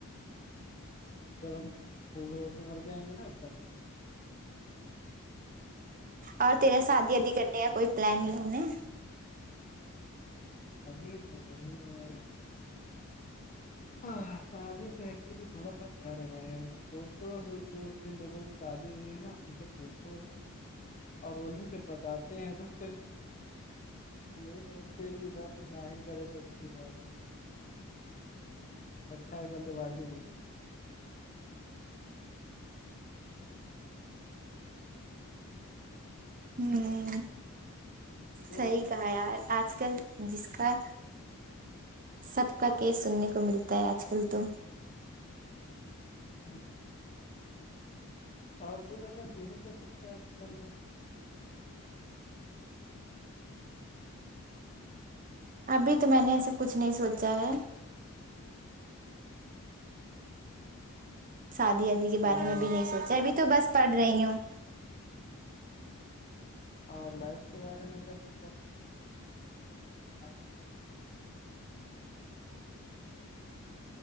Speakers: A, on the left (about 35°); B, on the right (about 40°).
A: جب ہم پڑ ہو تو مر جائیں گے نا تب
B: اور تیرا شادی آادی کرنے کا کوئی پلان نہیں ہےا
A: اب بھی ہ ہاں سادی سے ایکچولی تھوڑا سا ڈر گئے دوستوں جو جن لوگوں شادی ہوئی ہے نا ان سے پوچھو اور وہ لوگ جب بتاتے ہیں تو پھر یہی سوچتے کہ بس نہ ہی کرے تو اچھی بات ہے اچھا ہو جلد بازی نہیں
B: ہ
A: تو
B: صحیح
A: بتا
B: کہا یار آج آج کل جس کا سب کا کیس سننے کو ملتا ہے آج کل تو
A: ہ اور تو بتا ت نے کیسے کیا کرنے میں
B: ابھی تو میں نے ایسا کچھ نہیں سوچا ہے شادی ادی کے بارے
A: اور
B: میں بھی نہیں سوچا ہے ابھی تو بس پڑھ رہی ہوں
A: اور لائف کے بارے میں کیا سوچا آئی کیا